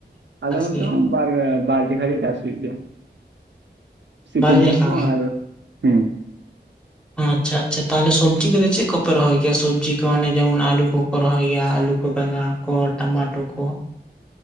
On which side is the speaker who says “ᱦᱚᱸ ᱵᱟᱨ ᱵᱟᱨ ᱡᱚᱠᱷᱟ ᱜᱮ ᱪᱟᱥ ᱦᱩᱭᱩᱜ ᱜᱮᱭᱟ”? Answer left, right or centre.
Right